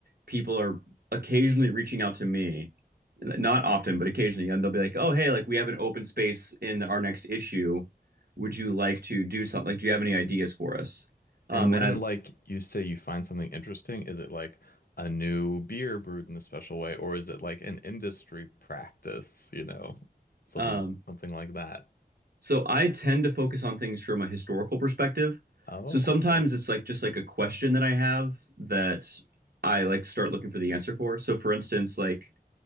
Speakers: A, on the right; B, on the left.
A: people are occasionally reaching out to me not often but occasionally and they'll be like oh hey like we have an open space in our next issue would you like to do something like do you have any ideas for us um
B: And when,
A: and I
B: like, you say you find something interesting, is it like a new beer brewed in a special way, or is it like an industry practice, you know, some
A: um
B: something like that?
A: So I tend to focus on things from a historical perspective.
B: Oh,
A: So sometimes
B: cool.
A: it's like just like a question that I have that I like start looking for the answer for. So for instance, like